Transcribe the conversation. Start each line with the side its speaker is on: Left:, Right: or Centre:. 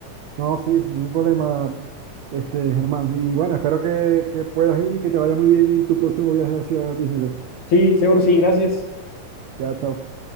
Right: No, sí, ningún problema, este, Germán. Y bueno, espero que, que puedas ir y que te vaya muy bien en tu próximo viaje hacia Disneyland.
Left: Sí, seguro sí, gracias.
Right: Ya, chao.